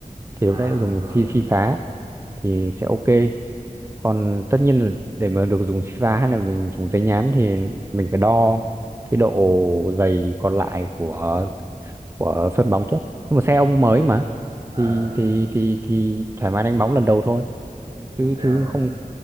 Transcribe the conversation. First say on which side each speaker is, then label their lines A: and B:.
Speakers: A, on the right; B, on the right.
A: thì
B: à
A: lúc đấy dùng
B: rồi.
A: si si phá thì sẽ ok còn tất nhiên là để mà được dùng si phá hay là mình dùng giấy nhám thì mình phải đo cái độ dày còn lại của của sân bóng trước nhưng mà xe ông mới mà
B: Ờ,
A: thì thì thì thì thoải mái đánh bóng lần đầu thôi
B: ok.
A: chứ chứ không